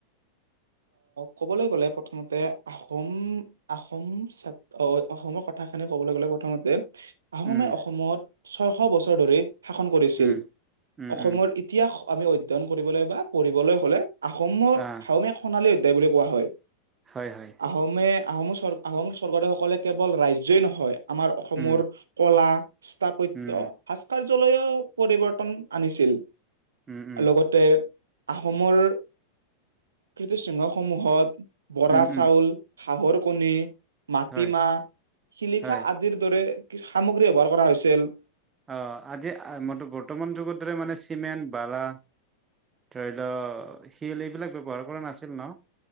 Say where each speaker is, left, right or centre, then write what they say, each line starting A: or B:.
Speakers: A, on the right; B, on the right.
A: ক'বলৈ গ'লে প্ৰথমতে আহোম আহোম অসমৰ কথাখিনি ক'বলৈ গ'লে প্ৰথমতে। আহোমে
B: উম
A: অসমত। ছয়শ বছৰ ধৰি। শাসন কৰিছিল
B: উম উম
A: অসমৰ
B: উম
A: ইতিহাস। আমি অধ্যয়ন কৰিবলৈ বা পঢ়িবলৈ হ'লে। আহোমৰ
B: আহ
A: সাওমে ভাল অধ্যায় বুলি কোৱা হয়।
B: হয় হয়
A: আহোমে। আহোমৰ স্বৰ্গদেউ আহোম স্বৰ্গদেউসকলে কেৱল ৰাজ্যই নহয়। আমাৰ অসমৰ
B: উম
A: কলা স্থাপত্যৰ
B: উম
A: ভাস্কাৰ। জ লৈ পৰিৱৰ্তন আনিছিল।
B: উম উম
A: লগতে। আহোমৰ। কৃ্তিচিহ্নসমূহত। বৰা
B: উম
A: চাউল
B: উম
A: হাহৰ কণী মাটিমাহ
B: হয়
A: শিলিখা
B: হয়
A: আদিৰ দৰে। কি সামগ্ৰী ব্যৱহাৰ কৰা হৈছিল।
B: অ আজি ম বৰ্তমান যুগতৰে মানে চিমেণ্ট বালা ধৰি লোৱা শিল এইবিলাক ব্যয়ৱহাৰ কৰা নাছিল ন